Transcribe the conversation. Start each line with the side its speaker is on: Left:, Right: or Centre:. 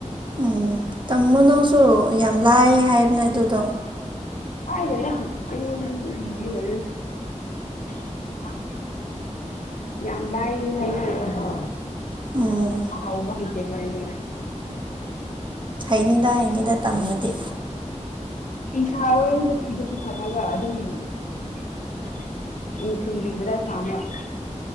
Right: ꯎꯝ ꯇꯝꯃꯣ ꯅꯪꯁꯨ ꯌꯥꯝ ꯂꯥꯏ ꯍꯥꯏꯕꯅꯦ ꯑꯗꯨꯗꯣ
Left: <unintelligible> ꯌꯥꯝ ꯂꯥꯏꯔꯥꯔꯦ ꯍꯥꯏꯅꯕꯅꯦꯀꯣ
Right: ꯎꯝ
Left: ꯇꯧꯕ ꯍꯩꯇꯦꯗ ꯑꯩꯗꯤ
Right: ꯍꯩꯅꯤꯗ ꯍꯩꯅꯤꯗ ꯇꯝꯃꯗꯤ
Left: ꯐꯤꯁꯥꯕ <unintelligible> ꯐꯤꯗꯣ ꯄꯨꯈꯠꯂꯒ ꯑꯗꯨꯝ <unintelligible>